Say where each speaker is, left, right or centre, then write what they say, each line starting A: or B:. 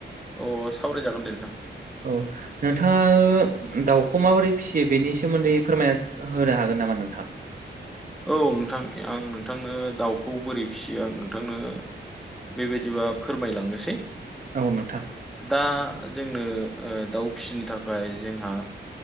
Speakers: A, in the centre; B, on the right (about 45°).
A: अ सावरायजागोन दे नोंथां
B: औ नोंथाङा दाउखौ माबोरै फिसियो बेनि सोमोन्दै फोरमायना होनो हागोन नामा नोंथां
A: औ नोंथां आं नोंथांनो दाउखौ बोरै फिसियो आं नोंथांनो बेबायदिबा फोरमायलांनोसै
B: औ नोंथां
A: दा जोंनो दाउ फिसिनो थाखाय जोंहा